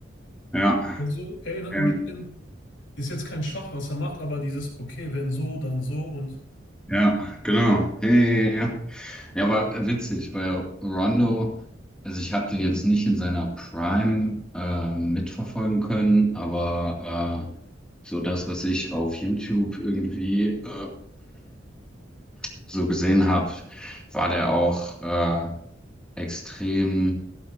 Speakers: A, in the centre; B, on the left.
A: Ja,
B: Also erinnert
A: ähm,
B: ein bisschen, ist jetzt kein Schach, was er macht, aber dieses, okay, wenn so, dann so und
A: Ja, genau. Ja, ja, ja. Ja, Ja, aber witzig, weil Rondo, also ich habe den jetzt nicht in seiner Prime ähm, mitverfolgen können, aber äh, so das, was ich auf YouTube irgendwie äh, <clears throat> so gesehen habe, war der auch äh, extrem